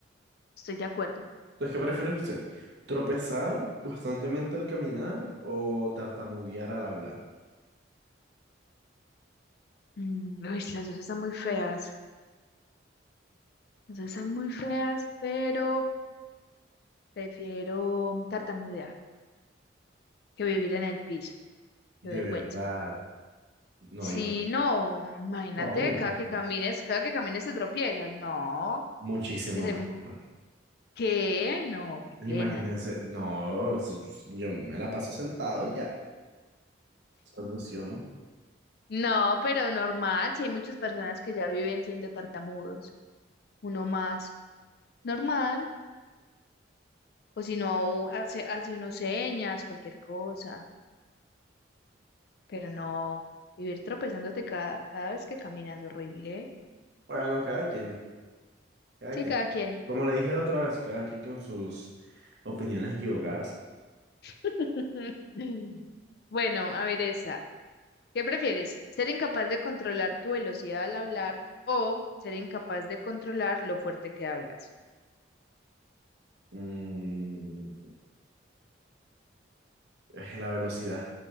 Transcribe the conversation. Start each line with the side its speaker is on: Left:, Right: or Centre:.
Left: Estoy de acuerdo.
Right: Entonces, ¿qué prefiere usted? ¿Tropezar constantemente al caminar o tartamudear al hablar?
Left: Mm, uy, las dos están muy feas. Las dos están muy feas, pero prefiero tartamudear que vivir en el piso.
Right: De
Left: Qué vergüenza.
Right: verdad. No,
Left: Sí,
Right: yo,
Left: no, imagínate,
Right: no, yo prefiero
Left: cada que camines, cada que camines te tropiezas. No,
Right: muchísimo
Left: pues
Right: mejor.
Left: hay- ¿qué? No, qué pena.
Right: Imagínense, no, s- s- yo me la paso sentado y ya, soluciono.
Left: No, pero normal, si hay muchas personas que ya viven siendo tartamudos, uno más, normal. O si no, hace, hace unos señas, cualquier cosa. Pero no, vivir tropezándote cada, cada vez que caminas, horrible. ¿eh?
Right: Bueno, cada quien, cada
Left: Sí,
Right: quien.
Left: cada quien.
Right: Como le dije la otra vez, cada quien con sus opiniones equivocadas.
Left: <laughs> Bueno, a ver esa. ¿Qué prefieres? ¿Ser incapaz de controlar tu velocidad al hablar o ser incapaz de controlar lo fuerte que hablas?
Right: Mm, es la velocidad.